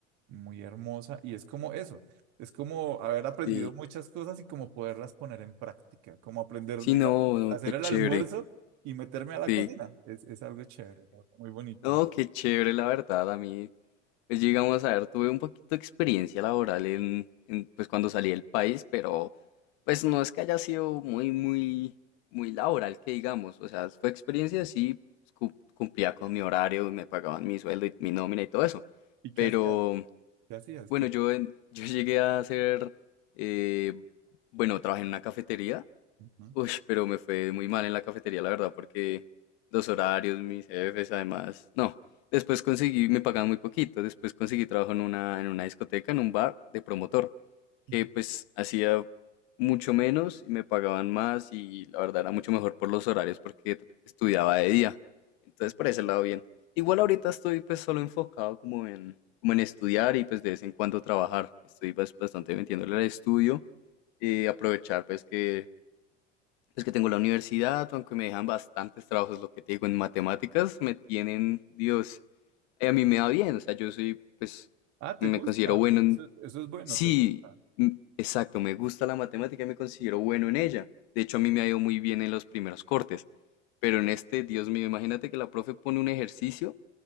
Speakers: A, on the right; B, on the left.
A: muy hermosa y es como eso, es como haber aprendido
B: sí.
A: muchas cosas y como poderlas poner en práctica, como aprender,
B: Sí,
A: digamos,
B: no, no,
A: a hacer
B: qué
A: el
B: chévere.
A: almuerzo y meterme a la
B: Sí.
A: cocina. Es, es algo chévere, es algo muy bonito.
B: No, qué chévere, la verdad. A mí, pues llegamos a ver, tuve un poquito de experiencia laboral en, en, pues cuando salí del país, pero pues no es que haya sido muy, muy, muy laboral, que digamos. O sea, fue experiencia, sí, pues, cu- cumplía con mi horario, me pagaban mi sueldo y mi nómina y todo eso.
A: ¿Y qué
B: Pero,
A: hacías? ¿Qué hacías?
B: Bueno,
A: ¿Qué-
B: yo, en- yo llegué a hacer, eh, bueno, trabajé en una cafetería
A: Ujú,
B: Uy, pero me fue muy mal en la cafetería, la verdad, porque los horarios, mis jefes, además. No, después conseguí, me pagaban muy poquito. Después conseguí trabajo en una, en una discoteca, en un bar de promotor, que
A: ujú,
B: pues hacía mucho menos y me pagaban más y la verdad era mucho mejor por los horarios porque t- estudiaba de día. Entonces,
A: ok.
B: por ese lado, bien. Igual ahorita estoy pues solo enfocado como en, como en estudiar y pues de vez en cuando trabajar. Estoy pues, bastante metiéndole al estudio y aprovechar pues que es que tengo la universidad, aunque me dejan bastantes trabajos, lo que te digo, en matemáticas me tienen, Dios, eh, a mí me va bien, o sea, yo soy, pues,
A: Ah, ¿te
B: me
A: gusta?
B: considero bueno en...
A: Eso, es- eso es bueno,
B: Sí,
A: ¿te gusta? <laughs>
B: m- exacto, me gusta la matemática y me considero bueno en ella. De hecho, a mí me ha ido muy bien en los primeros cortes, pero en este, Dios mío, imagínate que la profe pone un ejercicio